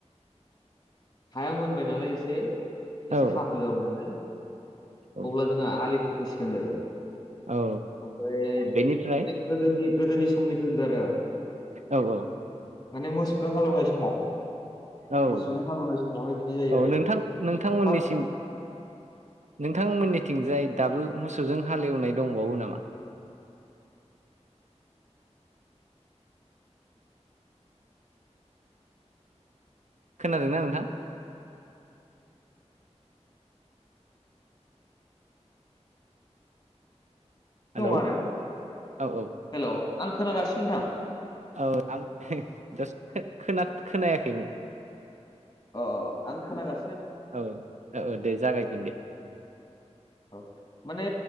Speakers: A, on the left; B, on the right.
A: हाया मोनबाय नालाय एसे एसे
B: औ
A: हाब्रु जाबाय नालाय
B: औ
A: अब्ला जोंहा आलिखौ खोसिगोन आरो
B: औ
A: ओमफ्राय
B: बेनिफ्राय
A: माने गोदोनि गोदोनि समनि होन्दो आरो आं
B: औ औ
A: माने मोसौखौ हालौनाय समाव
B: औ
A: मोसौजों
B: औ
A: हालेवनाय समावहाय बिदि जायो
B: औ
A: आरो
B: नोंथां नोंथांमोननिसिम
A: जेनेबा फार्स्ट
B: नोंथांमोननि थिंजाय दाबो मोसौजों हालेवनाय दंबावो नामा <inaudible> खोनादोंना नोंथां हेलौ
A: दं आरो
B: औ औ
A: हेल' आं खोनागासिनो नोंथां
B: औ आं <unintelligible> खोनायाखैमोन
A: अ आं खोनागा
B: औ औ दे जागायफिन दे
A: औ माने